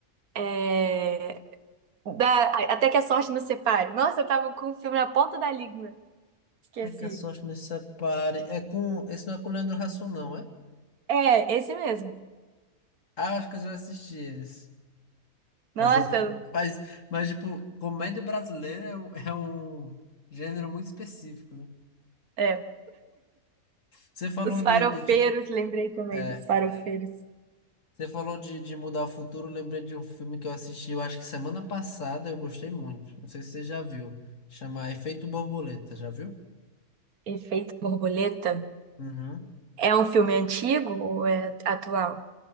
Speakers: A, on the right (about 80°); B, on the left (about 60°).
A: É. Da... Até que a sorte nos separe. Nossa, eu tava com o filme na ponta da língua. Esqueci.
B: É que a sorte nos separe. É com. Esse não é com o Leandro Hassum, não, é?
A: É, esse mesmo.
B: Ah, eu acho que eu já assisti esse.
A: Nossa,
B: Mas, eu- <laughs> mas, mas tipo, comédia brasileira é um, é um gênero muito específico, né?
A: é.
B: Você falou
A: Os
B: de,
A: Farofeiros,
B: de, tipo.
A: lembrei também
B: É.
A: dos Farofeiros.
B: Você falou de, de mudar o futuro. Eu lembrei de um filme que eu assisti, eu acho que semana passada, eu gostei muito. Não sei se você já viu. Chama Efeito Borboleta, já viu?
A: Efeito Borboleta.
B: Uhum.
A: É um filme antigo ou é atual?